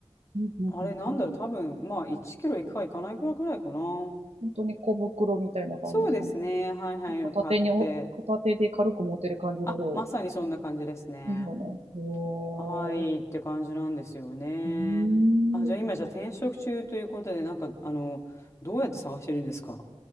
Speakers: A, on the right; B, on the left.
A: うんうんうんうん
B: あれなんだろう、多分、まあ、1キロいくかいかないかぐらいかな。
A: 本当に小袋みたいな感じの、
B: そうですね。はいはい、
A: 片手にお、
B: 買って。
A: 片手で軽く持てる感じの量
B: あ、まさにそんな感じですね。
A: ですよね。へー
B: はい、って感じなんですよね。
A: うーん。
B: あ、じゃあ今、じゃあ転職中ということで、なんか、あの、どうやって探してるんですか